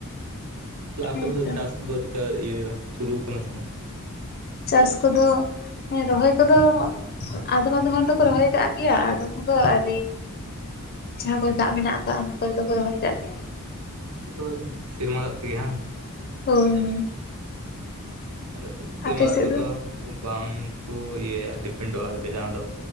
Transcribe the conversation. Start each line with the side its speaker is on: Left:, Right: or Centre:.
Right: ᱟᱯᱮ
Left: ᱦᱮᱸᱛᱚ
Right: ᱥᱮᱫ ᱫᱚ ᱪᱟᱥ ᱠᱚᱫᱚ ᱪᱮᱜᱠᱟ ᱤᱭᱟᱹ ᱥᱩᱨᱩ ᱠᱟᱱᱟ ᱥᱮ ᱵᱟᱝ?
Left: ᱪᱟᱥ ᱠᱚᱫᱚ, ᱦᱮᱸ ᱨᱚᱦᱚᱭ ᱠᱚᱫᱚ, ᱟᱫᱚᱢ ᱟᱫᱚᱢ ᱦᱚᱲ ᱫᱚᱠᱚ ᱨᱚᱦᱚᱭ ᱠᱟᱫ ᱜᱮᱭᱟ ᱟᱫᱚᱢ ᱫᱚ ᱟᱹᱣᱨᱤ᱾ ᱡᱟᱦᱟᱸ ᱠᱚᱨᱮ ᱫᱟᱜ ᱢᱮᱱᱟᱜ ᱠᱟᱜ-ᱟ, ᱚᱱᱟ ᱠᱚᱨᱮ ᱫᱚ ᱠᱚ ᱨᱚᱦᱚᱭ ᱠᱟᱜ ᱜᱮᱭᱟ᱾
Right: <unintelligible> ᱥᱮᱨᱢᱟ ᱫᱟᱜ ᱛᱮᱜᱮ ᱵᱟᱝ?
Left: ᱦᱳᱭ ᱦᱳᱭ᱾
Right: ᱟᱞᱮ ᱥᱮᱫ ᱫᱚ ᱥᱤᱨᱢᱟ
Left: ᱟᱯᱮ ᱥᱮᱫ
Right: ᱫᱟᱜ ᱛᱮᱫᱚ,
Left: ᱫᱚ
Right: ᱵᱟᱝ ᱠᱚ ᱤᱭᱟᱹᱭᱟ ᱰᱤᱯᱮᱱᱰᱚᱜᱼᱟ ᱡᱟᱦᱟᱸ ᱫᱚ,